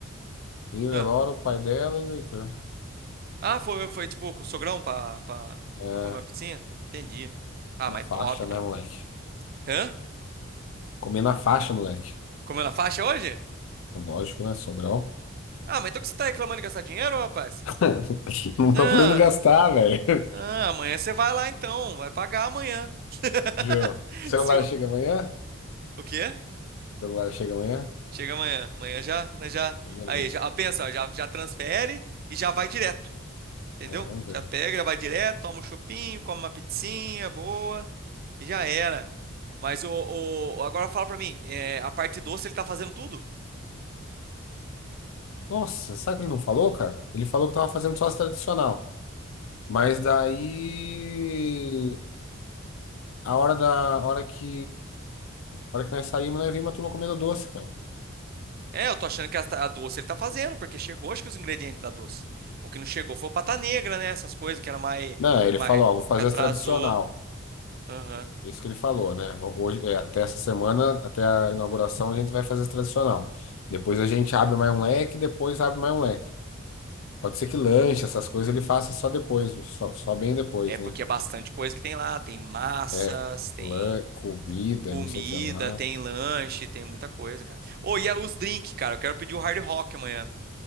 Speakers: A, on the left; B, on the right.
A: Eu,
B: Ah,
A: Elora, o pai dela e o Heitor.
B: Ah, foi, foi tipo com o sogrão pra, pra,
A: É,
B: pra comer uma pizzinha? Entendi. Ah,
A: na
B: mas
A: faixa,
B: top. dem-
A: né, moleque?
B: Hã?
A: Comer na faixa, moleque.
B: Comeu na faixa hoje?
A: Lógico, né? Sobrão.
B: Ah, mas então que você tá reclamando de gastar dinheiro, rapaz?
A: <laughs> Não estão
B: Ah,
A: podendo gastar, velho. <laughs>
B: ah, amanhã você vai lá então, vai pagar amanhã. <laughs>
A: Viu? Celular
B: Se o...
A: chega amanhã?
B: o quê?
A: Celular chega amanhã?
B: Chega amanhã, amanhã já, né, já.
A: Então, Beleza.
B: Aí, já ah, pensa, já, já transfere e já vai direto, entendeu?
A: É, vamos ver.
B: Já pega, já vai direto, toma um chopinho, come uma pizzinha boa e já era. Mas o, o- agora fala pra mim, é, a parte doce ele tá fazendo tudo?
A: Nossa, sabe o que ele não falou, cara? Ele falou que tava fazendo sócio tradicional. Mas daí. A hora da. A hora que. A hora que nós saímos, nós vimos a turma comendo doce, cara.
B: É, eu tô achando que a, a doce ele tá fazendo, porque chegou, acho que os ingredientes da doce. O que não chegou foi o pata negra, né? Essas coisas que era mais,
A: Não, ele
B: mais
A: falou, ó, vou fazer
B: que atrasou.
A: as tradicional.
B: Aham.
A: Isso que ele falou, né? Hoje, é, até essa semana, até a inauguração, a gente vai fazer esse tradicional. Depois a gente abre mais um leque, depois abre mais um leque. Pode ser que lanche, essas coisas, ele faça só depois, só, só bem depois,
B: É porque
A: né?
B: é bastante coisa que tem lá. Tem massas,
A: É,
B: tem
A: lan, comida,
B: comida,
A: não sei o que lá.
B: tem lanche, tem muita coisa, cara. Ô, e a- os drinks, cara. Eu quero pedir o Hard Rock amanhã.